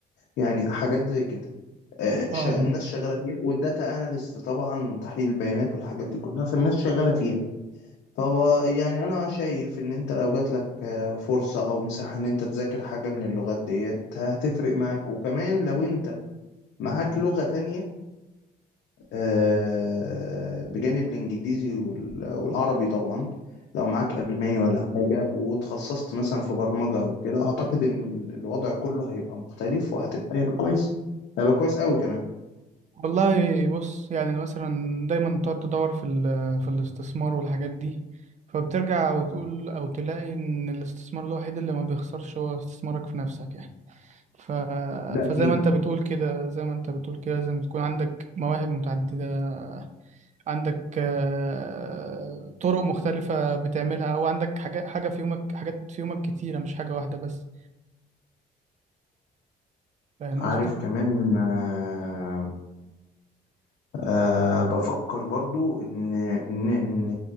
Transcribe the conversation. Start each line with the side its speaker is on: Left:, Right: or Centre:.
Left: يعني حاجات زي كده آه،
Right: اه
Left: شا- الناس شغاله فيها والداتا اناليست طبعا وتحليل البيانات والحاجات دي كلها فالناس شغاله فيها طب آه، يعني انا شايف ان انت لو جات لك آه، فرصه او مساحه ان انت تذاكر حاجه من اللغات ديت هتفرق معاك وكمان لو انت معاك لغه تانية آه، بجانب الانجليزي وال- والعربي طبعا لو معاك الماني ولا حاجه وتخصصت مثلا في برمجه او كده اعتقد ان الوضع كله هيبقى مختلف وهتبقى هيبقى كويس هيبقى كويس قوي كمان
Right: والله بص يعني مثلا دايما بتقعد تدور في ال- في الاستثمار والحاجات دي فبترجع وتقول او تلاقي ان الاستثمار الوحيد اللي ما بيخسرش هو استثمارك في نفسك يعني ف...
Left: ده
Right: فزي
Left: اكيد
Right: ما انت بتقول كده زي ما انت بتقول كده لازم تكون عندك مواهب متعددة عندك آه، طرق مختلفة بتعملها او عندك حاجة حاجة في يومك حاجات في يومك كتيرة مش حاجة واحدة بس فاهم
Left: عارف
Right: قصدي؟
Left: كمان آه آه بفكر برضو إن إن إن